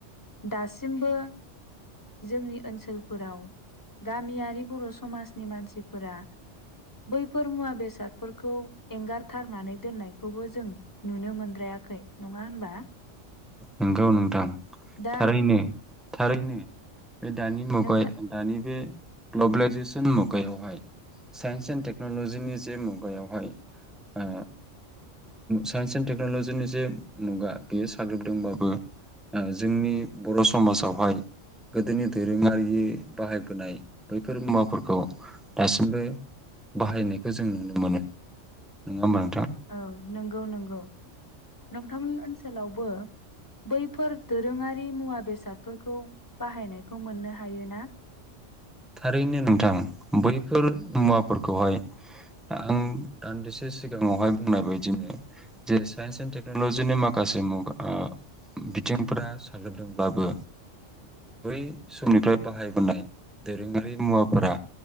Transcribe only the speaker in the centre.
नंगौ नोंथां
थारैनो थारैनो बे दानि मुगाय
दानि बे ग्लबेलाइजेसन मुगायावहाय साइन्स एन्ड टेक्नलजिनि जे मुगायावहाय ओ साइन्स एणड टेक्नलजिनि जे मुगा बेयो साग्लोबदोंबा बो जोंनि बर समाजावहाय गोदोनि दोरोङारि बाहायबोनाय बैफोर मुवाफोरखौ दासिमबो बाहायनायखौ जों नुनो मोनो नङा होमबा नों
थारैनो नोंथां बैफोर मुवाफोरखौहाय आं दान्दिसे सिगाङावहाय बुंनाय बायदिनो जे साइन्स एन्ड टेक्नलजिनि माखासे मुगा बिथिंफोरा साग्लोबदोंब्लाबो बै समनिफ्राय बाहायबोनाय दोरोङारि मुवाफोरा